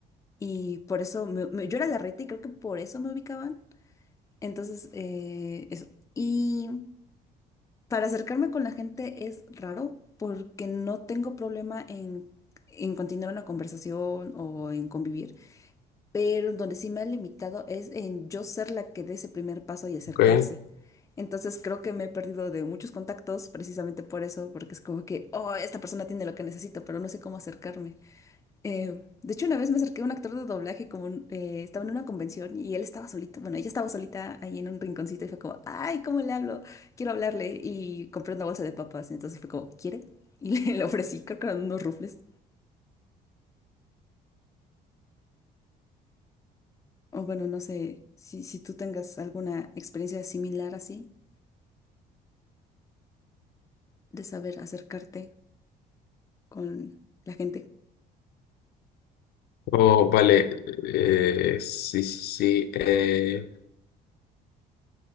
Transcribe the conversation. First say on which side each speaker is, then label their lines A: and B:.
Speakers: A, on the left; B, on the left.
A: y por eso me- me- yo era la rarita y creo que por eso me ubicaban. Entonces, eh, eso. Y para acercarme con la gente es raro porque no tengo problema en, en continuar una conversación o en convivir, pero donde sí me ha limitado es en yo ser la que dé ese primer paso y acercarse.
B: ok.
A: Entonces creo que me he perdido de muchos contactos precisamente por eso, porque es como que, oh, esta persona tiene lo que necesito, pero no sé cómo acercarme. Eh, de hecho, una vez me acerqué a un actor de doblaje, como eh, estaba en una convención y él estaba solito. Bueno, ella estaba solita ahí en un rinconcito y fue como, ay, ¿cómo le hablo? Quiero hablarle. Y compré una bolsa de papas. Entonces fue como, ¿quiere? Y <laughs> le, le ofrecí, creo que eran unos rufles. O bueno, no sé si, si tú tengas alguna experiencia similar así de saber acercarte con la gente.
B: Oh, vale. Eh, sí, sí, sí. eh,